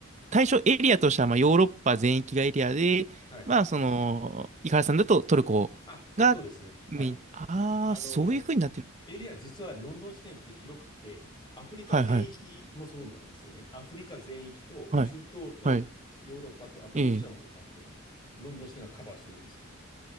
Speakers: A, on the right (about 35°); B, on the left (about 20°).
A: 対象エリアとしては、まあ、ヨーロッパ全域がエリアで、
B: はい。
A: まあ、その、井原さんだとトルコがメイン。
B: あ、そうですね。はい。
A: ああ、
B: あの、
A: そういうふうになってるんだ。
B: エリア実はロンドン支店って広くて、アフリカ全域もそうなんですよね。
A: はいはい。
B: アフリカ全域と中東とヨーロッパと、
A: はい。はい。
B: あとロシアも担当なの。
A: ええ。
B: ロンドン支店がカバーしてるんですよ。